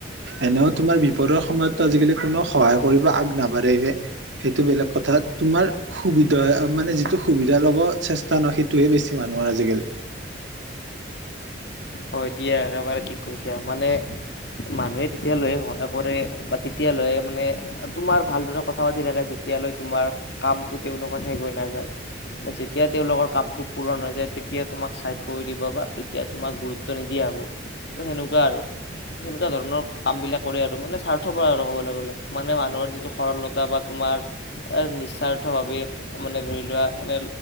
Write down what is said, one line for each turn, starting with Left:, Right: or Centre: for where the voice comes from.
Right: এনেও তোমাৰ বিপদৰ সময়তো আজিকালি কোনেও সহায় কৰিব আগ নাবাঢ়েগে। সেইটো বেলেগ কথাত তোমাৰ সুবিধা মানে যিটো সুবিধা ল'ব চেষ্টা ন সেইটোহে বেছি মানুহৰ আজিকালি।
Left: হয় দিয়া একেবাৰে ঠিক কৈছা। মানে মানুহে তেতিয়া লৈ সহায় কৰে বা তেতিয়া লৈ মানে তোমাৰ ভালদৰে কথা পাতি থাকে যেতিয়ালৈ তোমাৰ কামটো তেওঁলোকৰ শেষ হৈ নাযায়। যেতিয়া তেওঁলোকৰ কামটো পূৰণহৈ যায়, তেতিয়া তোমাক চাইড কৰি দিব বা তেতিয়া তোমাক গুৰু গুৰুত্ব নিদিয়া হ'ব ত' সেনেকুৱা আৰু। সেনেকুৱা ধৰণৰ কামবিলাক কৰে আৰু, মানে স্বাৰ্থপৰ আৰু ক'বলৈ গ'লে মানে মানুহৰ যিটো সৰলতা বা তোমাৰ এ নিস্বাৰ্থ ভাৱে মানে ধৰি লোৱা এনে